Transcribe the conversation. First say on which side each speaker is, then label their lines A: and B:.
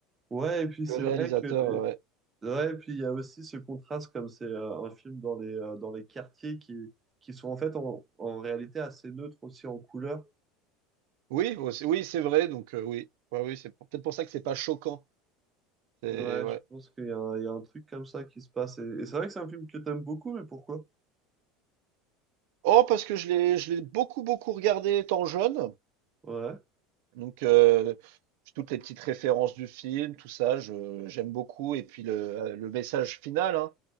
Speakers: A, on the right (about 15°); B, on the right (about 70°).
A: Ouais, et puis c'est
B: le réalisateur,
A: vrai que...
B: euh,
A: Ouais, et puis il y a aussi ce contraste, comme c'est euh, un film dans les, euh, dans les quartiers qui, qui sont en fait en, en réalité assez neutres aussi en couleur.
B: Oui, aussi- oui, c'est vrai, donc euh, oui, ouais, oui, c'est pour- peut-être pour ça que c'est pas choquant. C'est
A: Ouais,
B: ouais.
A: je pense qu'il y a, un- il y a un truc comme ça qui se passe. Et, et c'est vrai que c'est un film que t'aimes beaucoup, mais pourquoi?
B: Oh, parce que je l'ai, je l'ai beaucoup, beaucoup regardé étant jeune,
A: Ouais.
B: donc euh, toutes les petites références du film, tout ça, je, j'aime beaucoup. Et puis le, euh, le message final, hein.